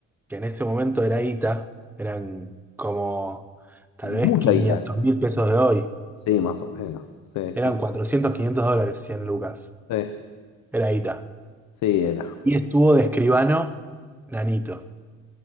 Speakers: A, in the centre; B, on the left.
A: que en ese momento era ITA, eran como tal vez
B: mucha
A: 500
B: guita.
A: mil pesos de hoy.
B: Sí, más o menos. Sí, sí,
A: Eran 400, 500 dólares, 100 lucas.
B: sí,
A: Era ITA.
B: sí, era.
A: Y estuvo de escribano Nanito.